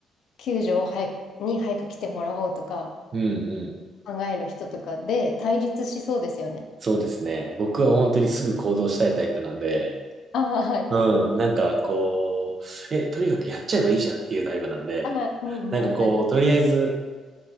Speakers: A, on the left (about 75°); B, on the right (about 45°).
A: 救助を早く、に早く来てもらおうとか、
B: うんうん。
A: 考える人とかで対立しそうですよね。
B: そうですね。僕は本当にすぐ行動したいタイプなんで、
A: ああ、はい。
B: うん、なんかこう、え、とにかくやっちゃえばいいじゃんっていうタイプなんで、
A: ああ、うんうん、
B: なんかこう、
A: はい。
B: とりあえず